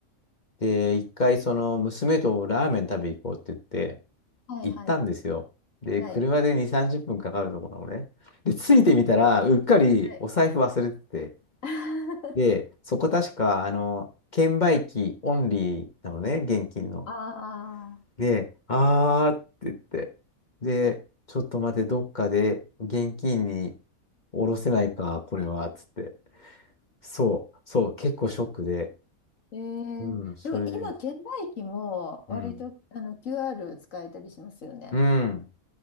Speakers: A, on the left; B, on the left.
A: で、一回その娘とラーメン食べ行こうって言って、
B: はい、
A: 行ったんですよ。
B: はい、
A: で、
B: はい。
A: 車で2、30分かかるところなのね。で、着いてみたら、
B: えー、
A: うっかりお財布忘れてて。
B: はい。<laughs>
A: で、そこ確か、あの、券売機オンリーなのね、現金の。
B: ああ。
A: で、あーって言って。で、ちょっと待って、どっかで現金に下ろせないか、これは、つって。そう、そう、結構ショックで。
B: えー、
A: うん、それで。
B: でも今、券売機も割とあの
A: うん。
B: QR 使えたりしますよね。
A: うん。